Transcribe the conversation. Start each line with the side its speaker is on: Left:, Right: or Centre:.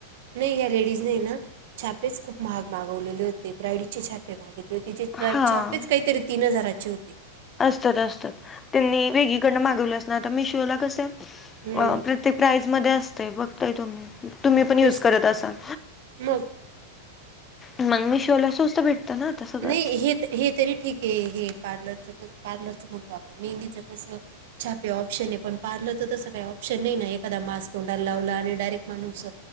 Right: नाही या लेडीजने ना छापेच खूप महाग मागवलेले होते ब्रायडचे छापे मागित तिचे
Left: हां
Right: छापेच काहीतरी तीन हजाराचे होते.
Left: असतात असतात त्यांनी वेगळीकडनं मागवले असणार आता मिशोला कस
Right: हम्म,
Left: प्र ते प्राईज मध्ये असतंय बघताय तुम्ही, तुम्ही पण यूज
Right: तेच
Left: करत
Right: ते
Left: असाल?
Right: मग
Left: मग मी मीशो ला स्वथ भेटत ना? आता सगळंच
Right: नाई हे हे तरी ठीक ए हे पार्लरच पार्लरच म्हणतो आपण मेहंदीच कसं छापे ऑप्शन ए पण पार्लरच तसं काही ऑप्शन नाही ना एखादा मास्क तोंडाला लावला आणि डायरेक्ट माणूस